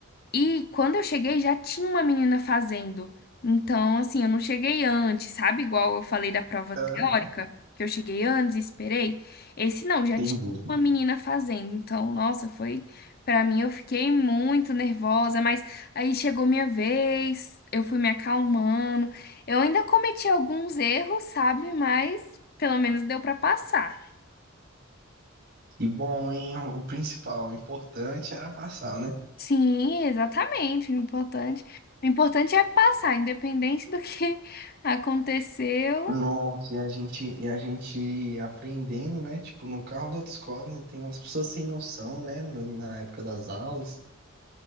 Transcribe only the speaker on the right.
Aham.
Entendi.
E bom, hein? O principal, o importante era passar, né?
Nossa, e a gente, e a gente aprendendo, né? Tipo, no carro da autoescola né, tem umas pessoas sem noção, né? no- Na época das aulas.